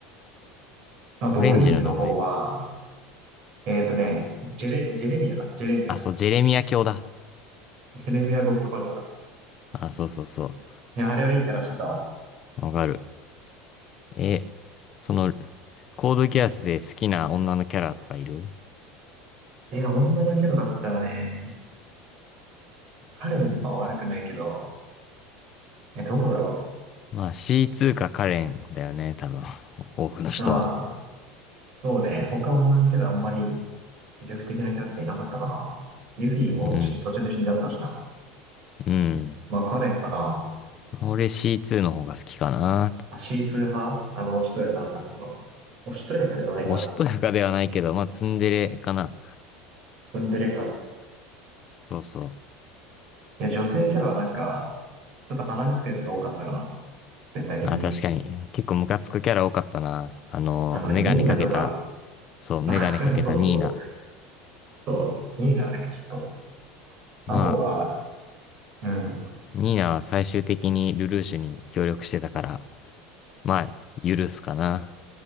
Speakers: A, on the right (about 40°); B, on the left (about 30°).
A: あと、
B: オレンジの名前。
A: オレンジの方は、えっとね、ジェレ、ジェレミアだ。ジェレミア。
B: あ、そう、ジェレミア卿だ。
A: ジェレミア・ゴッドパルトだ。
B: あ、そうそうそう。
A: いや、あれはいいキャラしてたわ。
B: わかる。え、その、コードギアスで好きな女のキャラとかいる
A: いや、女のキャラだったらね、カレンは悪くないけど、え、どうだろ
B: まあ C2 かカレンだよね、多分。<laughs> 多くの人は。
A: う。ああ、そうね。他女のキャラあんまり魅力的なキャラクターいなかったかな。ユフィも途中途中で死んじゃったしな。
B: うん。うん。
A: まあ、カレンかな。
B: 俺 C2 の方が好きかな。
A: あ、C2 派あの、おしとやかな感じの。おしとやかではないか。
B: おしとやかではないけど、まあツンデレかな。
A: ツンデレか。
B: そうそう。
A: いや、女性キャラはなんか、ちょっと鼻につくやつが多かったかな。全体的に。
B: あ、確かに。結構ムカつくキャラ多かったな。あの、
A: あの、
B: メガネかけた、
A: ニーナとか。
B: そう、メガネかけたニーナ。
A: <laughs> そうそうそう。そう、ニーナはね、ちょっと。あとは、
B: まあ、
A: うん。
B: ニーナは最終的にルルーシュに協力してたから、まあ、許すかな。